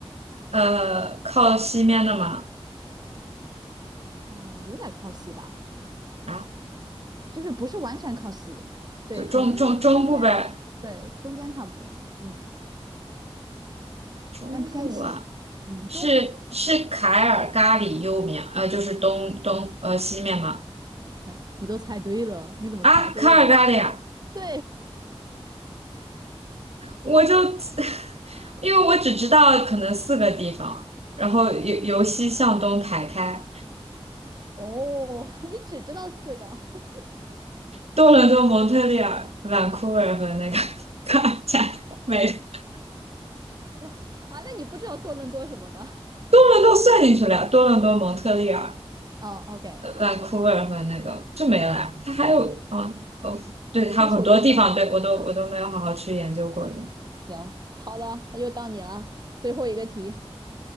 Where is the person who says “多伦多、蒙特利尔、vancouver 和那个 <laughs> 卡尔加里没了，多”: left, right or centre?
Right